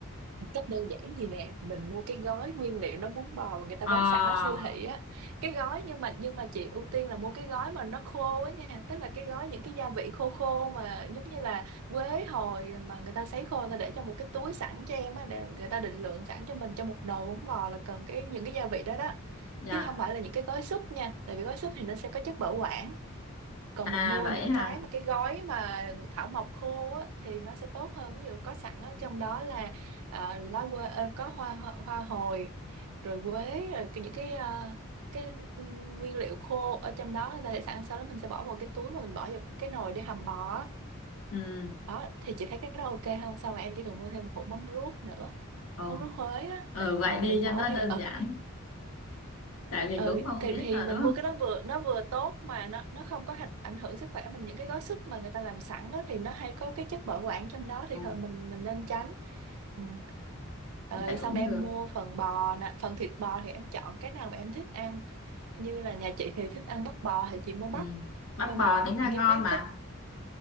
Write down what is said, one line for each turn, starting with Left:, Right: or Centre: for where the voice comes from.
Right: Cách đơn giản gì nè, mình mua cái gói nguyên liệu nó bún bò mà người ta
Left: Ờ,
Right: bán sẵn ở siêu thị á. Cái gói nhưng mà nhưng mà chị ưu tiên là mua cái gói mà nó khô á nha, tức là cái gói những cái gia vị khô khô mà giống như là quế hồi mà người ta sấy khô người ta để trong một cái túi sẵn cho em á, để người ta định lượng sẵn cho mình cho một nồi bún bò là cần cái những cái gia vị đó đó.
Left: dạ.
Right: Chứ không phải là những cái gói súp nha, tại vì gói súp thì nó sẽ có chất bảo quản còn
Left: À
Right: mình mua
Left: vậy
Right: những
Left: hả?
Right: cái mà cái gói mà thảo mộc khô á, thì nó sẽ tốt hơn ví dụ có sẵn ở trong đó là ờ, lá quế ờ, có hoa, hoa hoa hồi rồi quế rồi cái- những cái ờ, cái nguyên liệu khô ở trong đó người ta để sẵn sau đó mình sẽ bỏ vào cái túi và mình bỏ vào cái nồi để hầm bò á.
Left: Ừ.
Right: đó thì chị thấy cái đó ok không sao mà em chỉ cần mua thêm một hộp mắm ruốc nữa
Left: Ồ,
Right: mắm ruốc Huế á
Left: ừ,
Right: tại
Left: vậy
Right: mình
Left: đi cho
Right: nấu
Left: nó đơn
Right: thì ừ
Left: giản. Tại vì
Right: ừ
Left: cũng không
Right: thì,
Left: biết
Right: thì
Left: rồi
Right: mình
Left: đúng không?
Right: mua cái đó vừa nó vừa tốt mà nó nó không có hạch- ảnh hưởng sức khỏe mình những cái gói súp mà người ta làm sẵn đó, thì nó hay có cái chất bảo quản trong đó thì
Left: Ừ,
Right: thôi mình mình nên tránh ừ. Rồi
Left: vậy
Right: xong
Left: cũng
Right: em
Left: được.
Right: mua phần bò nè, phần thịt bò thì em chọn cái nào mà em thích ăn. Như là nhà chị thì thích ăn bắp bò thì chị mua bắp.
Left: Ừ. Bắp
Right: Nhưng
Left: bò
Right: mà
Left: tính ra
Right: nhưng
Left: ngon
Right: mà nếu em
Left: mà.
Right: thích